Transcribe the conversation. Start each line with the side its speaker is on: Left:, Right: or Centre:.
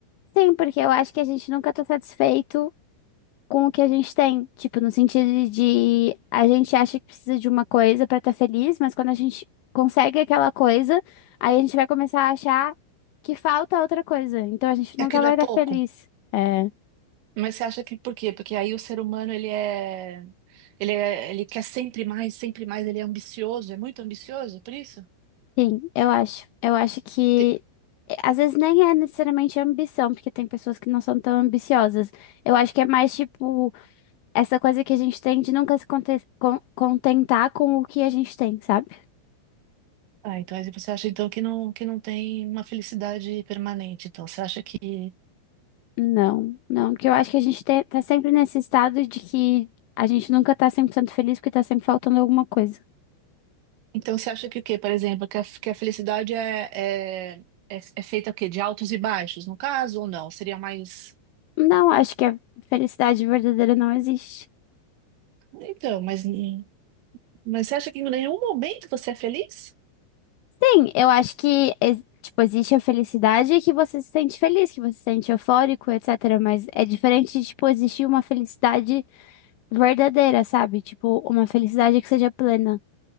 Left: Sim, porque eu acho que a gente nunca tá satisfeito com o que a gente tem. Tipo, no sentido de a gente acha que precisa de uma coisa pra estar feliz, mas quando a gente consegue aquela coisa, aí a gente vai começar a achar que falta outra coisa. Então a gente
Right: Que
Left: nunca
Right: Aquilo
Left: vai
Right: é
Left: estar
Right: pouco.
Left: feliz. É.
Right: Mas você acha que por quê? Porque aí o ser humano ele é, ele é, ele quer sempre mais, sempre mais, ele é ambicioso, é muito ambicioso, por isso?
Left: Sim, eu acho. Eu acho que
Right: Tem-
Left: eh, às vezes nem é necessariamente ambição, porque tem pessoas que não são tão ambiciosas. Eu acho que é mais tipo essa coisa que a gente tem de nunca se conte- con- contentar com o que a gente tem, sabe?
Right: Ah, então aí você acha então que não que não tem uma felicidade permanente. Então você acha que
Left: Não, não, porque eu acho que a gente te- tá sempre nesse estado de que a gente nunca tá 100% feliz porque tá sempre faltando alguma coisa.
Right: então você acha que o quê? Por exemplo, que a, que a felicidade é, é, é, é feita o quê? De altos e baixos, no caso, ou não? Seria mais
Left: Não, acho que a felicidade verdadeira não existe.
Right: Então, mas, n- mas você acha que em nenhum momento você é feliz?
Left: Sim, eu acho que, ex- tipo, existe a felicidade que você se sente feliz, que você se sente eufórico, etc. Mas é diferente de, tipo, existir uma felicidade verdadeira, sabe? Tipo, uma felicidade que seja plena.